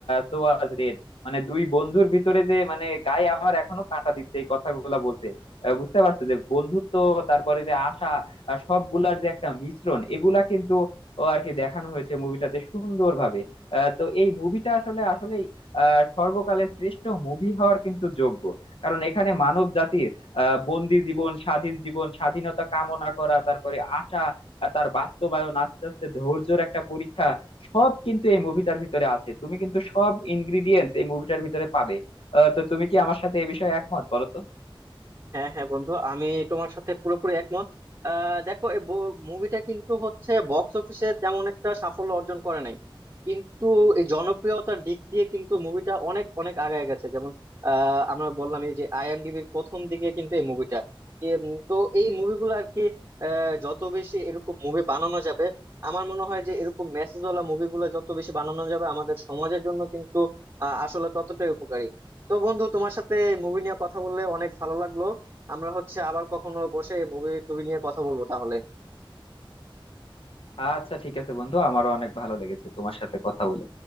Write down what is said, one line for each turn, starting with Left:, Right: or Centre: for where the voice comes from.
Left: so was Red মানে দুই বন্ধুর ভিতরে যে মানে গায়ে আমার এখনো কাঁটা দিচ্ছে এই কথাগুলো বলতে আহ বুঝতে পারছো যে বন্ধুত্ব তারপরে যে আশা আর সবগুলার যে একটা মিশ্রণ এগুলা কিন্তু ও আর কি দেখানো হয়েছে মুভিটাতে সুন্দরভাবে আহ, তো এই মুভিটা আসলে আসলেই আহ সর্বকালের শ্রেষ্ঠ মুভি হওয়ার কিন্তু যোগ্য কারণ এখানে মানব জাতির আহ বন্দি জীবন স্বাধীন জীবন স্বাধীনতা কামনা করা তারপরে আশা আর তার বাস্তবায়ন আস্তে আস্তে ধৈর্যের একটা পরীক্ষা সব কিন্তু এই মুভিটার ভিতরে আছে তুমি কিন্তু সব ইনগ্রিডিয়েন্টস এই মুভিটার ভিতরে পাবে আহ, তো তুমি কি আমার সাথে এই বিষয়ে একমত বলো তো
Right: হ্যাঁ হ্যাঁ বন্ধু আমি তোমার সাথে পুরোপুরি একমত আহ, দেখো এই মুভিটা কিন্তু হচ্ছে বক্স অফিসে তেমন একটা সাফল্য অর্জন করে নাই কিন্তু এই জনপ্রিয়তার দিক দিয়ে কিন্তু মুভিটা অনেক অনেক আগায় গেছে যেমন আহ, আমরা বললাম এই যে আইএমডিবির প্রথম দিকে কিন্তু এই মুভিটা তো এই মুভিগুলো আর কি যত বেশি এরকম মুভি বানানো যাবে আমার মনে হয় যে এরকম মেসেজ ওয়ালা মুভিগুলো যত বেশি বানানো যাবে আমাদের সমাজের জন্য কিন্তু আহ, আসলে ততটাই উপকারী তো বন্ধু তোমার সাথে মুভি নিয়ে কথা বললে অনেক ভালো লাগলো আমরা হচ্ছে আবার কখনো বসে মুভি টুভি নিয়ে কথা বলবো তাহলে
Left: আচ্ছা ঠিক আছে বন্ধু আমারও অনেক ভালো লেগেছে তোমার সাথে কথা বলে